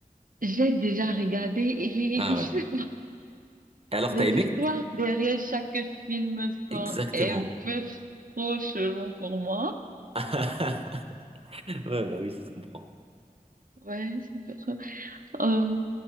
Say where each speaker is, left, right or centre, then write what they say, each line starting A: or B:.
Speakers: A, on the right; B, on the right.
A: J'ai déjà regardé et <laughs>
B: Ah ouais. Et alors,
A: les
B: t'as aimé?
A: histoires derrière chaque film
B: Exactement.
A: sont un peu trop chelou pour moi.
B: <laughs> Ouais, bah oui, ça se comprend.
A: Ouais, c'est pour ça. Euh,